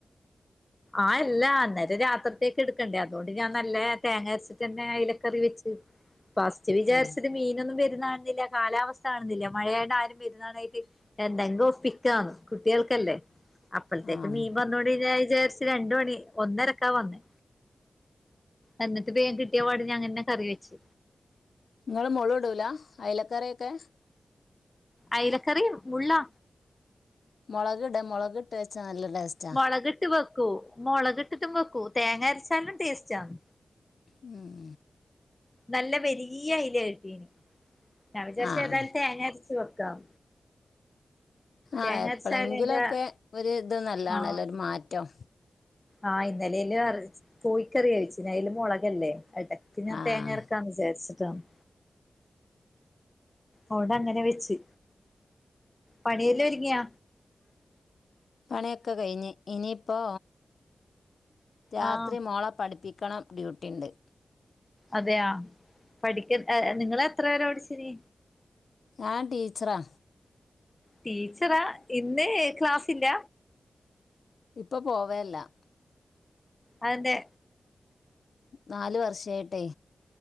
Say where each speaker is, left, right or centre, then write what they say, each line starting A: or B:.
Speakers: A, on the left; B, on the left.
A: ആ അതല്ലാ ഇന്നാലും രാത്രിത്തേക്ക് എടുക്കണ്ടേ അതുകൊണ്ട് ഞാൻ നല്ല തേങ്ങ അരച്ചിട്ടന്നെ അയിലക്കറി വെച്ചു <unintelligible> ഫസ്റ്റ് വിചാരിച്ചിത്
B: ആഹ്
A: മീനൊന്നും വരുന്നാകാണുന്നില്ല കാലാവസ്ഥ കാണുന്നില്ലെ മഴയടെ ആരും വെരുന്നതാണായിട്ട് എന്തെങ്കിലും ഒപ്പിക്കാന്ന് കുട്ടികൾക്കല്ലേ അപ്പഴത്തേക്ക്
B: ആഹ്
A: മീൻ വന്നൊണ്ട് ഞാൻ വിചാരി രണ്ട് മണി ഒന്നരക്കാ വന്നേ എന്നിട്ട് വേഗം കിട്ടിയ പാട് ഞാനന്നെ കറി വെച്ച്
B: നിങ്ങള് മോള് ഇടൂല അയില കറിയൊക്കെ
A: അയിലക്കറി മുള്ളോ
B: മുളകിട മുളകിട്ട് വെച്ചാ നല്ല ടേസ്റ്റ്
A: മുളകിട്ട് വെക്കൂ മുളകിട്ടിട്ടും വെക്കും തേങ്ങ അരച്ചാലും ടേസ്റ്റ് ആണ്
B: ഉം ഉം
A: നല്ല വലീയ അയില കിട്ടീന് ഞാൻ വിചാരിച്ചു
B: ആഹ്
A: ഏതായാലും തേങ്ങ അരച്ച് വെക്കാം തേങ്ങ
B: ആഹ് എപ്പോഴെങ്കിലും
A: അരച്ചാല് അതിന്റെ
B: ഒക്കെ ഒരു ഇത് നല്ലതാണല്ലോ
A: ആഹ്
B: ഒരു മാറ്റം
A: ആഹ് ഇന്നലെ അയില് കോഴിക്കറിയാ വെച്ചിന് അയില് മൊളകല്ലേ? പിന്നെ ഞാൻ
B: ആഹ്
A: തേങ്ങ അരക്കാന്ന് വിചാരിച്ചിട്ടാന്ന്. അവിടെ അങ്ങനെ വെച്ച്. പണിയെല്ല ഒരുങ്ങിയാ?
B: പണിയൊക്കെ കഴിഞ്ഞ് ഇനിയിപ്പോ രാത്രി
A: ആഹ്
B: മോള പഠിപ്പിക്കണം ഡ്യൂട്ടി ഉണ്ട്
A: അതെയോ പഠിക്ക ഹ് നിങ്ങള് എത്ര വെരയാ പഠിച്ചിന്
B: ഞാൻ ടീച്ചറാ.
A: ടീച്ചറാ? ഇന്ന് ക്ലാസ്സില്ല?
B: ഇപ്പൊ പോവേല്ലാ.
A: അതെന്തേ
B: നാല് വർഷായ്ട്ടെ